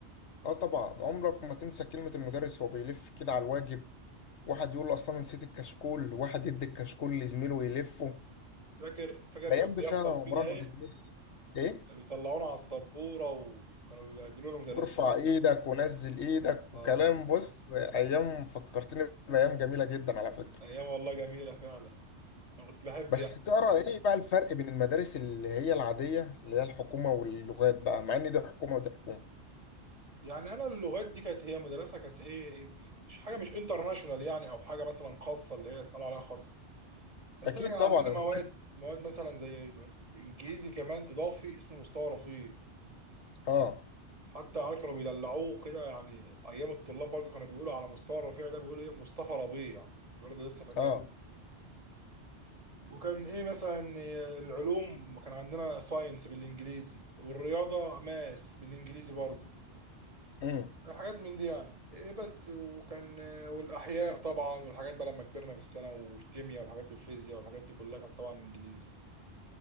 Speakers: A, on the left; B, on the right.
A: اه طبعا عمرك ما تنسى كلمة المدرس وهو بيلف كده على الواجب واحد يقول له اصلا نسيت الكشكول واحد يدي الكشكول لزميله ويلفه
B: فاكر فاكر
A: الايام
B: كان
A: دي
B: بيحصل
A: فعلا عمرها
B: فينا ايه
A: ما تتنسي ايه
B: بيطلعونا على السبورة وكانوا بيبهدلونا المدرسين
A: وارفع ايدك ونزل ايدك
B: اه
A: وكلام بص ايام فكرتني بايام جميله جدا على فكره
B: كانت ايام والله جميلة فعلا انا كنت بحب
A: بس
B: يعني
A: ترى
B: كانت ايه
A: ايه بقى الفرق بين المدارس اللي هي العاديه اللي هي الحكومه واللغات بقى مع ان دي حكومه ودي حكومه
B: يعني انا اللغات دي كانت هي مدرسه كانت ايه إيه، مش حاجه مش انترناشونال يعني او حاجه مثلا خاصه اللي هي طالعه عليها خاصه بس
A: اكيد
B: انا كان
A: طبعا
B: عندنا
A: أنا
B: مواد
A: فاهم.
B: مواد مثلا زي انجليزي كمان اضافي اسمه مستوى رفيع
A: اه
B: حتى عيال كانوا بيدلعوه كده يعني ايام الطلاب برضه كانوا بيقولوا على مستوى رفيع ده بيقولوا ايه مصطفى ربيع برضه لسه فاكر
A: اه
B: وكان ايه مثلا إيه، العلوم كان عندنا ساينس بالانجليزي والرياضه ماس بالانجليزي برضه
A: امم
B: حاجات من دي يعني إيه بس وكان والاحياء طبعا والحاجات بقى لما كبرنا في السنه والكيمياء والحاجات والفيزياء والحاجات دي كلها كانت طبعا انجليزي